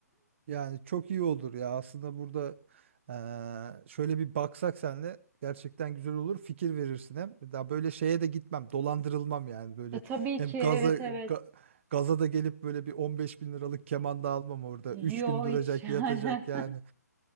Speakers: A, on the right; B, on the right.
A: Yani çok iyi olur ya. Aslında burada eee, şöyle bir baksak senle gerçekten güzel olur. Fikir verirsin hem. Daha böyle şeye de gitmem. Dolandırılmam yani böyle.
B: E, tabii
A: Hem
B: ki
A: gaza
B: evet
A: ga-
B: evet.
A: gaza da gelip böyle bir 15 bin liralık keman da almam orada. üç
B: Yo
A: gün duracak,
B: hiç <laughs> yani.
A: yatacak yani.